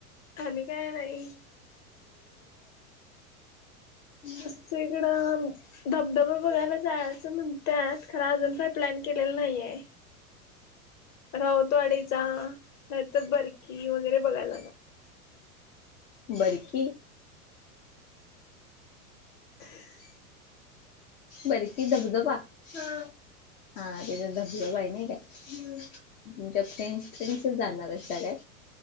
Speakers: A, on the left; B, on the left.
A: आणि काय नाही.
B: <unintelligible>
A: सइकडं धबधबा बघायला जायाच म्हण त्यात खर अजून काही प्लॅन केलेला नाहीये. राऊतवाडीचा नाहीतर बरकी वगैरे बघायलाला
B: बरकी
A: <inaudible>
B: बरकी धबधबा हा हा त्याजात धबधबाय नायी. हम्म तुमच्या फ्रेंडस फ्रेंड्सच जाणारेसा काय?